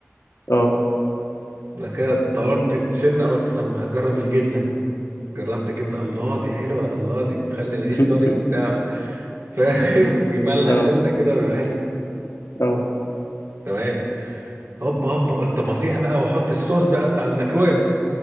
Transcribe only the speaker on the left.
اه
<laughs>
اه
اه